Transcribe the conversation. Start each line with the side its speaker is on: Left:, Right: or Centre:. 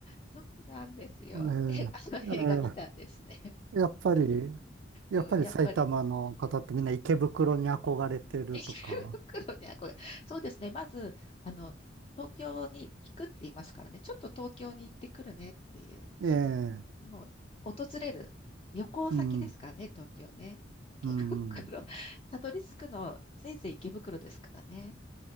Left: そうなんですよ。
Right: うえーえ
Left: <laughs> え、あの映画見たんですね。
Right: ーやっぱり、やっぱり埼玉の方ってみんな池袋に憧れてるとか。
Left: うん、やっぱり。<laughs> 池袋に憧れ、そうですね。まず、あの、東京に行くって言いますからね。ちょっと東京に行ってくるねっていう。
Right: ええ
Left: もう、訪れる旅行先ですからね、
Right: うん、
Left: 東京ね。池袋、
Right: うん。
Left: たどり着くの、せいぜい池袋ですからね。